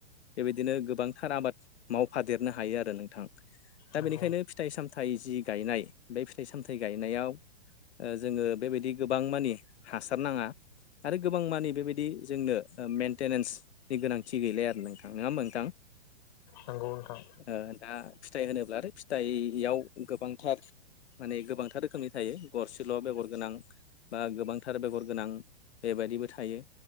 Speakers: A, on the left; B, on the left.
A: बेबायदिनो गोबांथार आबाद मावफादेरनो हायो आरो नोंथां दा
B: नंगौ
A: बेनिखायनो फिथाइ सामथाइ जि गायनाय बे फिथाइ सामथाइ गायनायाव ओ जोङो बेबायदि गोबां मानि हासार नाङा आरो गोबां मानि बेबायदि जोंनो ओ मेनटेनेन्सनि गोनांथि गैलाया आरो नोंथां नोङा होमबा नोंथां
B: नंगौ नोंथां
A: ओ दा फिथाइ होनोब्ला आरो फिथाइयाव गोबांथार माने गोबांथार रोखोमनि थायो। गरसेल' बेगर गोनां बा गोबांथार बेगर गोनां बेबायदिबो थायो